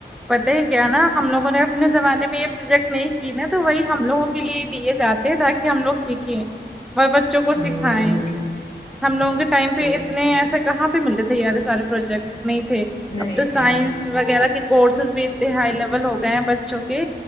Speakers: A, in the centre; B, on the left (about 25°).
A: پتہ ہی کیا نا ہم لوگوں نے اپنے زمانے میں یہ پروجیکٹ نہیں کی نہ تو وہی ہم لوگوں کے لیے دیے جاتے تاکہ ہم لوگ سیکھیں اور بچوں کو
B: ہاں
A: سکھیں
B: یہ تو
A: ہم لوگوں کے ٹائم
B: صحیح
A: پہ اتنے ایسا کہاں پہ ملے تھے اارے سارے پروجیکٹس نہیں تھے
B: نہیں
A: اب تو سائنس
B: نہیں
A: وغیرہ کے کورسز بھی اتنے ہائی لیول ہو گئے ہیں بچوں کے